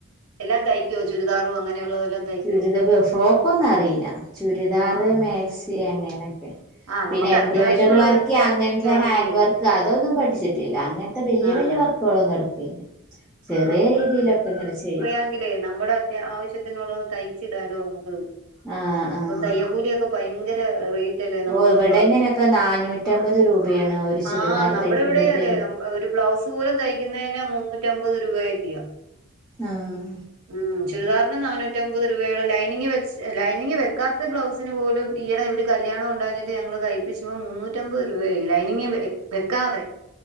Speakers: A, on the right (about 85°); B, in the centre.
A: എല്ലാം തയ്ക്കുവോ ചുരിദാറും അങ്ങനെയുള്ളതെല്ലാം തയ്ക്കുവോ
B: ചുരിദ ഫോ ഫ്രോക്കൊന്ന അറിയില്ല ചുരിദാർ
A: ആഹ്
B: മാക്സി അങ്ങനെയെക്കെ
A: ആഹ്
B: പിന്നെ
A: നമുക്ക്
B: എംബ്രോയിഡറി
A: അത്യാവശ്യമുള്ളതൊക്കെ
B: വർക്ക് അങ്ങൻത്തെ
A: അറിഞ്ഞിരിക്കുവാണെങ്കിലേ
B: ഹാൻഡ് വർ ക്ക് അതൊന്നും പഠിച്ചിട്ടില്ല അങ്ങൻത്തെ വല്യ
A: ആഹ്
B: വല്യ വർക്ക്കളൊന്നും എടുക്കില്ല ചെറിയ രീതിയിലൊക്ക ഇങ്ങനെ ചെയ്യും
A: എന്നങ്കിലെ നമ്മടെ അത്യാ ആവശ്യത്ത്നുള്ളത് തയ്ച്ച് ഇടാലോ നമുക്ക്
B: ആഹ് ആഹ്
A: ഇപ്പം തയ്യക്കൂലിയോക്ക ഭയങ്കര റേ റ്റല്ലേ നമ്മള്
B: ഓ ഇവിടെ
A: പ
B: ഇങ്ങനെയൊക്കെ നാനൂറ്റമ്പത് രൂപയാണ് ഒരു ചുരിദാർ
A: ആഹ് നമ്മട
B: തയ്ക്കുമ്പോത്തേനും
A: ഇവ്ടെയും അതെ നം ഒരു ബ്ലൗസ് പോലും തയ്ക്കുന്നെന് മുന്നൂറ്റമ്പത് രൂപയെക്കെയാ
B: ആഹ്
A: ഉം ചുരിദാറിണ് നാനൂറ്റംമ്പത് രൂപയും ലൈനിങ് വെച്ച് ലൈനിങ് വെക്കാത്ത ബ്ലൗസ് ത്തിന്പോലും ഈയടെ ഒരുകല്യാണം ഉണ്ടാഞ്ഞിട്ട് ഞങ്ങള് തൈപ്പിച്ചുമ്പോ മുന്നൂറ്റമ്പത് രൂപായി ലൈനിങ്ങ് വെക്കാതെ